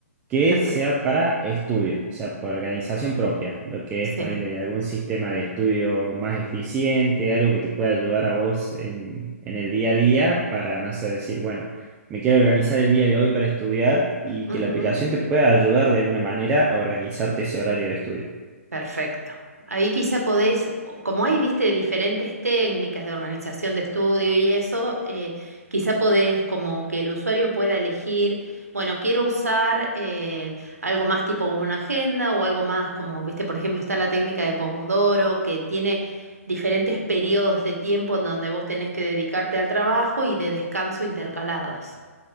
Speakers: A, on the right (about 15°); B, on the right (about 75°).
A: que
B: Perfecto.
A: sea para estudio, o sea, para organización propia, lo que
B: sí.
A: es ponerle algún sistema de estudio más eficiente, algo que te pueda ayudar a vos en, en el día a día para, no sé, decir, bueno, me quiero organizar el día de hoy para estudiar y
B: Ujú.
A: que la aplicación te pueda ayudar de alguna manera a organizarte ese horario de estudio.
B: Perfecto. Ahí quizá podés, o- como hay, viste, diferentes técnicas de organización de estudio y eso, eh, quizá podés como que el usuario pueda elegir, bueno, quiero usar eh, algo más tipo como una agenda o algo más como, viste, por ejemplo, está la técnica de Pomodoro, que tiene diferentes periodos de tiempo en donde vos tenés que dedicarte al trabajo y de descanso intercalados.